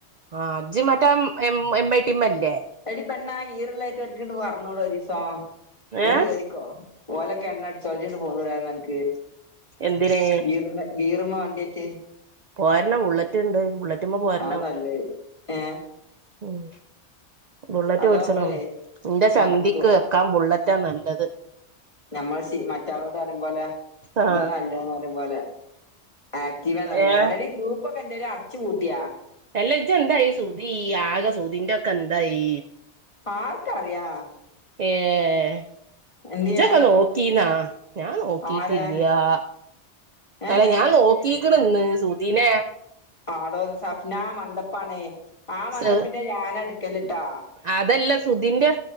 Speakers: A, on the right (about 50°); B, on the left (about 25°).
A: ആഹ് ജ് മറ്റം എം എം ഐ ടിമ്മല്ലേ
B: എടി പെണ്ണാ ഗീറ്ള്ളായ്ട്ട് ഒര്ക്ക്ട് വർണൂടൊരീസോ ങ്ങട്
A: ഏഹ്
B: കേറിക്കോ. ഓലെക്കെണ്ണട്ച്ചോൾ ജ്ണ്ട് പോന്നൂടേന്നൻക്ക്
A: എന്തിന്
B: ഗീർന്ന്. ഗീറ്മ്മ വണ്ട്യറ്റെ.
A: പോര്ണം വുള്ളറ്റ്ണ്ട് വുള്ളറ്റ്മ്മ പോര്ണം
B: ആ നല്ലത് ഏ
A: ഉം. ബുള്ളറ്റ്
B: അതാവുമ്പളേ
A: പട്ച്ചണം ന്റെ
B: നടക്കും
A: ചന്തിക്ക് വെക്കാ ബുള്ളറ്റാ നല്ലത്.
B: ഞമ്മൾ ശി മറ്റാളോട് അറിം പോലെ
A: ആഹ്
B: താ നല്ലന്ന് അറിം പോലെ. ആക്റ്റീവ നല്ലന്നറി
A: ഏഹ്
B: എടി ഗ്രൂപ്പൊക്കെന്തയലു അർച്ചു പൂട്ട്യ.
A: എല്ല ഇജന്തായി സുധീ ആകെ സുദിൻ്റൊക്കെന്തായി.
B: ആർക്കറ്യാ.
A: ഏഹ്
B: എന്തിയേ
A: ജൊക്ക നോക്കീന്നാ ഞാ നോക്കിട്ടില്ലാ.
B: ആരാ ഏഹ്
A: അല്ല ഞാ നോക്കീക്ക്ണ്ന്ന് സുദീനെ.
B: ആടോന്ന് സഫ്നാ മന്തപ്പാണേ ആ മന്തപ്പിന്റെ
A: സു
B: ഞാനട്ക്കല്ട്ടാ.
A: അതല്ല സുധിൻ്റെ